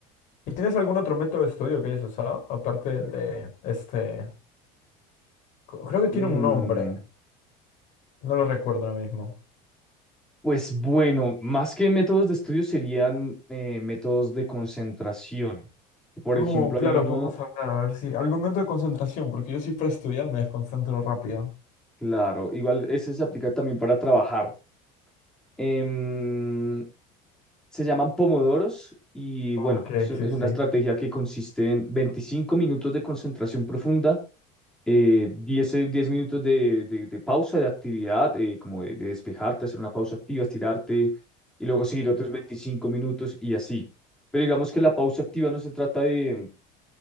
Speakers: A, on the left; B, in the centre.
A: ¿Y tienes algún otro método de estudio que hayas usado? Aparte del de este, co- creo que tiene
B: Mm,
A: un nombre, no lo recuerdo ahora mismo.
B: pues bueno, más que métodos de estudio serían eh, métodos de concentración. Por ejemplo,
A: Oh, claro,
B: hay uno,
A: podemos hablar, a ver si algún método de concentración, porque yo sí para estudiar me desconcentro rápido.
B: Claro, igual ese se aplica también para trabajar. Em, se llaman pomodoros y
A: Ok,
B: bueno, es es
A: sí, sí.
B: una estrategia que consiste en 25 minutos de concentración profunda, eh, 10 eh, 10 minutos de, de- de pausa de actividad, eh, como de, de despejarte, hacer una pausa activa, estirarte y luego seguir otros 25 minutos y así. Pero digamos que la pausa activa no se trata de